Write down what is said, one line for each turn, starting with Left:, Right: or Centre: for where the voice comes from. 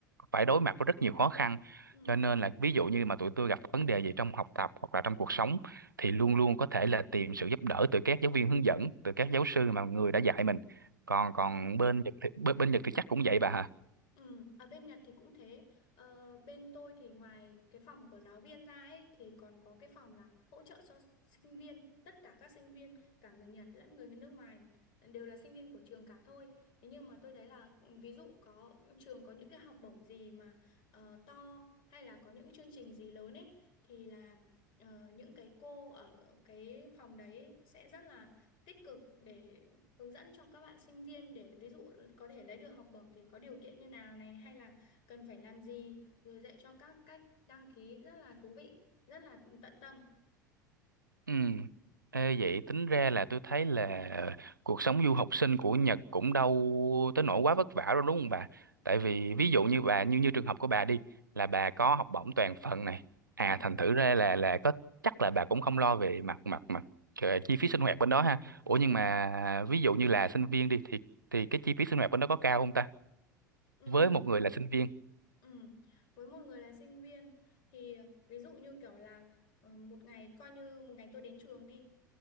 Right: phải đối mặt với rất nhiều khó khăn
Left: ừ
Right: cho nên là ví dụ như mà tụi tôi gặp vấn đề gì trong học tập hoặc là trong cuộc sống thì luôn luôn có thể là tìm sự giúp đỡ từ các giáo viên hướng dẫn từ các giáo sư mà người đã dạy mình còn
Left: Đó.
Right: còn bên Nhật thì, bên, bên Nhật thì chắc cũng vậy bà hả
Left: Ừ, ở bên Nhật thì cũng thế. Ờ, bên tôi thì ngoài cái phòng của giáo viên ra ấy, thì còn có cái phòng là hỗ trợ cho sinh viên. Tất cả các sinh viên, cả người Nhật lẫn người nước ngoài đều là sinh viên của trường cả thôi. Thế nhưng mà tôi thấy là ừ, ví dụ có trường có những cái học bổng gì mà ờ, to hay là có những chương trình gì lớn ấy thì là ờ, những cái cô ở cái phòng đấy sẽ rất là tích cực để hướng dẫn cho các bạn sinh viên để ví dụ có thể lấy được học bổng thì có điều kiện như nào này hay là cần phải làm gì rồi dạy cho các cách đăng ký rất là thú vị rất là tận tâm
Right: Ừ. Ê, vậy tính ra là tôi thấy là cuộc sống du học sinh của Nhật cũng đâu tới nỗi quá vất vả đâu đúng không bà? Tại vì ví dụ như bà như như trường hợp của bà đi là bà có học bổng toàn phần này. À
Left: ừ
Right: thành thử ra là là có chắc là bà cũng không lo về mặt mặt mặt ờ, chi phí sinh hoạt bên đó ha. Ủa nhưng mà ví dụ như là sinh viên đi thì thì cái chi phí sinh hoạt bên đó có cao không ta?
Left: ừ
Right: Với một người là sinh viên
Left: Ừ. Với một người là sinh viên thì ví dụ như kiểu là ờ, một ngày coi như một ngày tôi đến trường đi